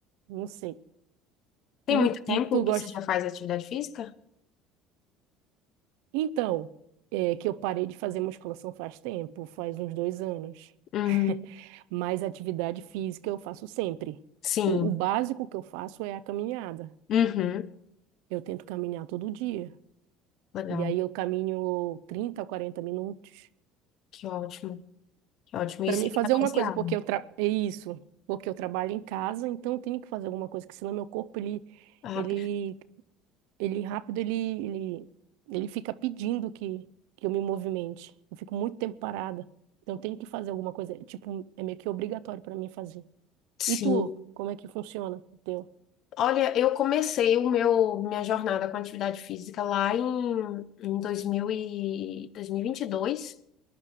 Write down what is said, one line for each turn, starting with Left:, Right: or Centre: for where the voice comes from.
Right: Não sei.
Left: Tem
Right: E,
Left: muito
Right: o,
Left: tempo
Right: e tu
Left: que
Right: gosta?
Left: você já faz atividade física?
Right: Então, é que eu parei de fazer musculação faz tempo, faz uns dois anos.
Left: Uhum.
Right: <laughs> Mas atividade física eu faço sempre.
Left: Sim.
Right: O, o básico que eu faço é a caminhada.
Left: Uhum.
Right: Eu tento caminhar todo dia.
Left: Legal.
Right: E aí eu caminho 30 a 40 minutos.
Left: Que ótimo. Que ótimo.
Right: Para
Left: Isso
Right: mim,
Left: é
Right: fazer
Left: negociável.
Right: uma coisa, porque eu tra... é isso, porque eu trabalho em casa, então eu tenho que fazer alguma coisa, que senão meu corpo, ele,
Left: Ah,
Right: ele,
Left: perfeito.
Right: ele rápido, ele, ele, ele fica pedindo que, que eu me movimente. Eu fico muito tempo parada, então eu tenho que fazer alguma coisa, tipo, é meio que obrigatório para mim fazer.
Left: Sim.
Right: E tu, como é que funciona o teu?
Left: Olha, eu comecei o meu minha jornada com atividade física lá em, em dois mil e dois mil e e vinte e dois